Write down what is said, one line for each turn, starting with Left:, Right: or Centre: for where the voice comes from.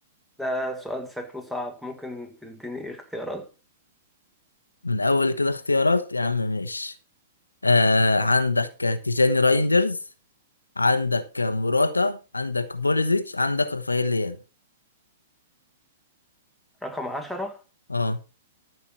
Centre: ده سؤال شكله صعب ممكن تديني اختيارات
Left: من اول كده اختيارات يا عم ماشي آه، عندك تيجاني رايندرز عندك موراتا عندك بوليزيتش عندك رافائيل ليان
Centre: رقم عشرة
Left: اه